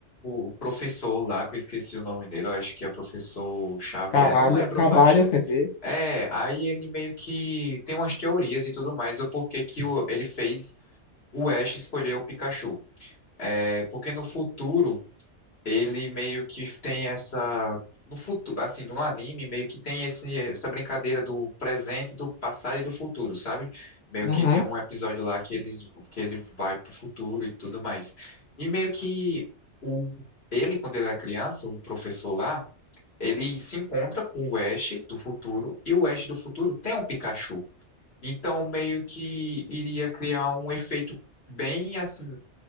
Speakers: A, on the left; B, on the left.
A: o professor lá, que eu esqueci o nome dele, eu acho que é professor Xavier,
B: Caralho,
A: não lembro
B: cavalo,
A: bastante.
B: quer dizer.
A: É, aí ele meio que tem umas teorias e tudo mais, o porquê que o- ele fez o Ash escolher o Pikachu. É, porque no futuro ele meio que tem essa. No futuro, assim, no anime, meio que tem esse, essa brincadeira do presente, do passado e do futuro, sabe? Meio
B: Aham.
A: que tem um episódio lá que, eles, que ele vai pro futuro e tudo mais. E meio que o, ele, quando ele era criança, o professor lá ele se encontra com o Ash do futuro e o Ash do futuro tem um Pikachu. Então, meio que iria criar um efeito bem assim